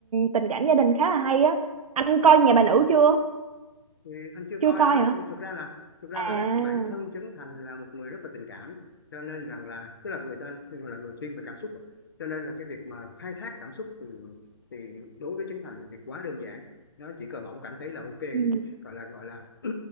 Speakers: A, on the right; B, on the left.
A: tình cảm gia đình khá là hay á anh coi nhà bà nữ chưa
B: thì anh chưa coi
A: chưa coi
B: đó
A: hả
B: thì thực ra là thực ra
A: À,
B: là bản thân Trấn Thành là một người rất là tình cảm cho nên rằng là tức là người ta là người thiên về cảm xúc cho nên là cái việc mà khai thác cảm xúc thì, thì đối với Trấn Thành là việc quá đơn giản nó chỉ cần ổng cảm thấy là ok cái
A: ừ,
B: gọi là gọi là <clears throat>